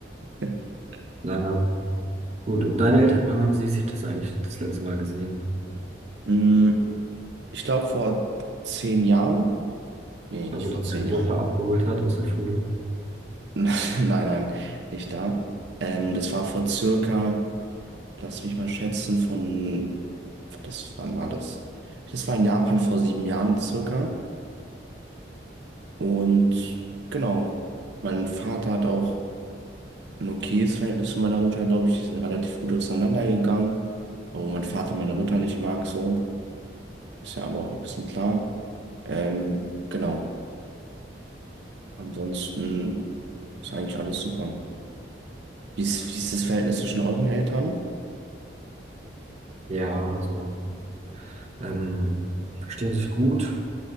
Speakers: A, on the right (about 70°); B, on the right (about 35°).
A: <laughs>
B: na gut. Und deine Eltern, wann haben sie sich das eigentlich das letzte Mal gesehen?
A: Hm, ich glaube, vor zehn Jahren. Nee, nicht
B: Da, wo
A: vor
B: dich
A: zehn
B: deine Mutter
A: Jahren.
B: abgeholt hat aus der Schule?
A: <laughs> Nein, nein, nicht da. Ähm, das war vor circa, lass mich mal schätzen, von, das, wann war das? Das war in Japan vor sieben Jahren circa. Und genau, mein Vater hat auch ein okayes Verhältnis zu meiner Mutter, glaube ich. Die sind relativ gut auseinandergegangen, obwohl mein Vater meine Mutter nicht mag, so. Ist ja aber auch ein bisschen klar. Ähm, genau, ansonsten ist eigentlich alles super. Wie ist, wie ist das Verhältnis zwischen euren Eltern?
B: Ja, also, ähm, verstehen sich gut.